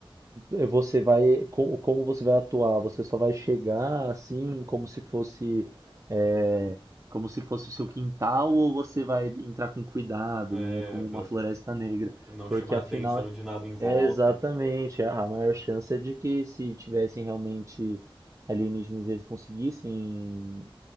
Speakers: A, on the right (about 35°); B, in the centre.
A: Eh, Você vai, co- como você vai atuar? Você só vai chegar assim, como se fosse, eh, como se fosse o seu quintal, ou você vai entrar com cuidado,
B: É,
A: né? Como uma
B: Fra,
A: floresta negra,
B: Não
A: porque
B: chamar a
A: afinal,
B: atenção de nada em volta.
A: é exatamente a a maior chance é de que se tivessem realmente alienígenas, e eles conseguissem